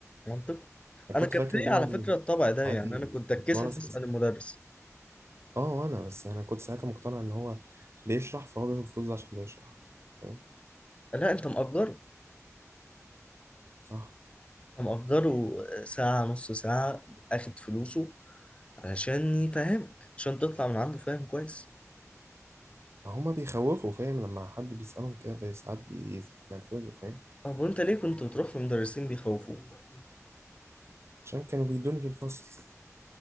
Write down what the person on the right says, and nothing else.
انا
كنت
فاكر
ان هو
يعني
ساعتها
كنت وانا س-
اه انا بس يعني كنت ساعتها مقتنع ان هو بيشرح فهو بياخد فلوس عشان بيشرح فاهم
صح
هما بيخوفوا فاهم لما حد بيسألهم كده بي- ساعات بيتنرفزوا فاهم
عشان كانوا بيدوني في الفصل